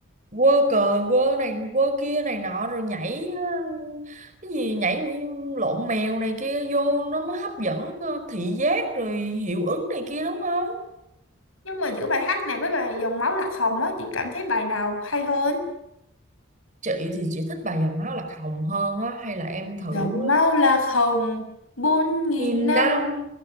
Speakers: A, on the right; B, on the left.
A: quơ cờ quơ này quơ kia này nọ rồi nhảy ờ, cái gì nhảy như lộn mèo này kia vô nó mới hấp dẫn ờ, thị giác rồi hiệu ứng này kia đúng không
B: nhưng mà giữa bài hát này với bài dòng máu lạc hồng á chị cảm thấy bài nào hay hơn
A: chị thì chị thích bài dòng máu lạc hồng hơn á hay là em thử
B: dòng máu lạc hồng bốn nghìn
A: nghìn
B: năm
A: năm